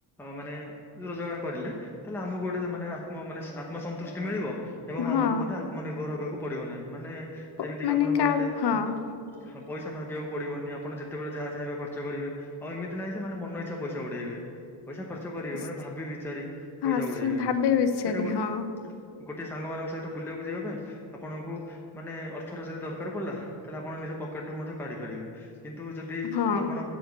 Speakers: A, in the centre; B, on the left.
A: ମାନେ ରୋଜଗାର କରିଲେ ତାହେଲେ ଆମକୁ ଗୋଟେ ମାନେ ଆତ୍ମ ମାନେ ଆତ୍ମସନ୍ତୁଷ୍ଟୀ ମିଳିବ ଏବଂ
B: ହଁ
A: ଆମକୁ ମଧ୍ୟ ଆତ୍ମନିର୍ଭର ହେବାକୁ ପଡିବ ନାହିଁ, ମାନେ
B: ପ-
A: ଯେମିତି କିି
B: ମାନେ
A: ଆପଣ
B: କାହା
A: କହିଲେ
B: ହଁ
A: ହ ପଇସା ମାଗିବାକୁ ପଡିବନି, ଆପଣ ଯେତେବେଳେ ଯାହା ଚାହିଁବେ ଖର୍ଚ୍ଚ କରିବେ, ଆଉ ଏମିତି ନାହିଁ ଯେ ମାନେ ମନ ଇଚ୍ଛା ପଇସା ଉଡେଇବେ। ପଇସା ଖର୍ଚ୍ଚ କରିବେ,
B: ସ-
A: ମାନେ ଭାବି ବିଚାରି ପଇସା
B: ହଁ
A: ଉଡେଇବେ
B: ସେ ଭାବେ ବିଷୟରେ
A: ସେଇଟା ଗୋଟେ
B: ହଁ
A: ଗୋଟିଏ <unintelligible> ସାଙ୍ଗମାନଙ୍କ ସହିତ ବୁଲିବାକୁ ଯିବା ପାଇଁ ଆପଣଙ୍କୁ ମାନେ ଅର୍ଥର ଯଦି ଦରକାର ପଡିଲା? ତାହେଲେ ଆପଣ ନିଜ ପକେଟ୍ ରୁ ମଧ୍ୟ କାଢ଼ିପାରିବେ। କିନ୍ତୁ ଯଦି
B: ହଁ
A: ଆପଣ